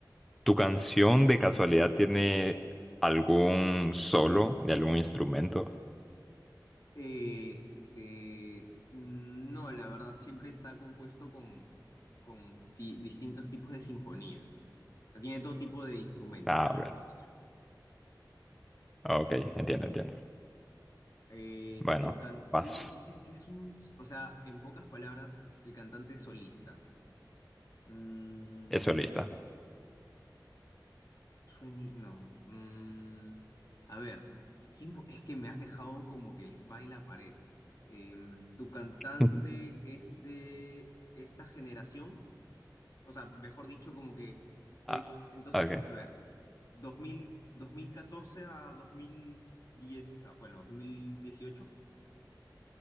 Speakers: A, in the centre; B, on the left.
A: ¿Tu canción de casualidad tiene algún solo de algún instrumento?
B: Este, no, la verdad, siempre está compuesto con, con sí, distintos tipos de sinfonías. O sea, tiene todo tipo de instrumentos,
A: Ah,
B: la verdad,
A: ok,
B: su canción.
A: ok, entiendo, entiendo.
B: Eh,
A: Bueno,
B: tu canción,
A: vas,
B: dices que es un, o sea, en pocas palabras, el cantante es solista. Mm,
A: es solista.
B: 20, no. Mm, a ver, ¿quién po- es que me has dejado como que el spa y la pared. Em, ¿tu cantante
A: <laughs>
B: es de esta generación? O sea, mejor dicho, como que es,
A: Ah,
B: entonces,
A: ok.
B: a ver, dos dos mil dos mil catorce a 2010, ah, bueno, 2018.